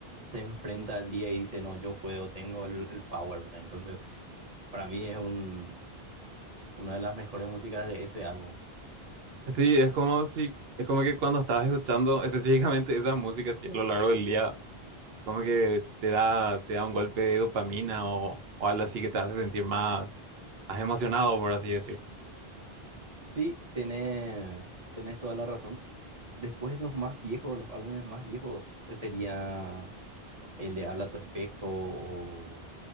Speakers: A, on the right; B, on the right.
A: se enfrenta al día y dice, no, yo puedo, tengo el, el power, ¿verdad? Entonces, para mí es un, una de las mejores músicas de ese álbum.
B: Sí, es como si, es como que cuando estabas escuchando <laughs> específicamente esas músicas así a lo largo del día, como que te da, te da un golpe de dopamina o, o algo así que te hace sentir más, más emocionado, por así decir.
A: Sí, tenés, tenés toda la razón. Después los más viejos, los álbumes más viejos, eh, sería el de Habla tu espejo o